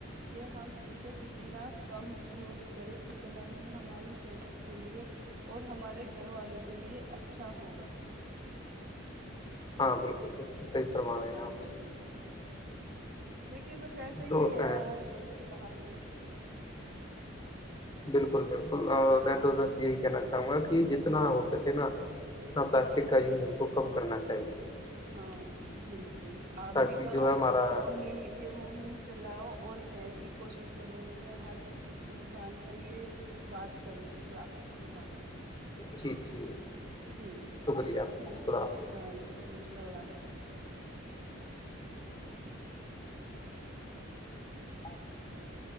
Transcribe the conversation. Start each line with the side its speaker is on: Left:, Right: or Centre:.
Right: کہ ہم اسے جتنا کم یوز کریں اتنا ہی ہماری صحت کے لیے اور ہمارے گھر والوں کے لیے اچھا ہوگا
Left: ہاں بالکل بالکل صحیح فرما رہے
Right: ہاں
Left: ہیں آپ
Right: جی دیکھیے بس ایسے
Left: تو
Right: ہی ہے ہر گھر کی کہانی
Left: بالکل بالکل
Right: ہاں
Left: میں تو بس
Right: جی
Left: یہی کہنا چاہوں چوں گا کہ جتنا ہو سکے نا اتنا پلاسٹک کا یوز ہم کو کم کرنا چاہیے
Right: ہاں جی بالکل آپ
Left: تاکہ
Right: بھی کرو
Left: جو ہے ہمارا
Right: مہم یہ مہم چلاؤ اور میں بھی کوشش کروں گی میں ہر انسان سے یہ بات کروں پلاسٹک کے بارے میں
Left: جی جی
Right: ٹھیک
Left: شکریہ،
Right: ٹھیک
Left: خدا حافظ
Right: ہاں جی ٹھیک ہے اللہ حافظ
Left: اچ <unintelligible>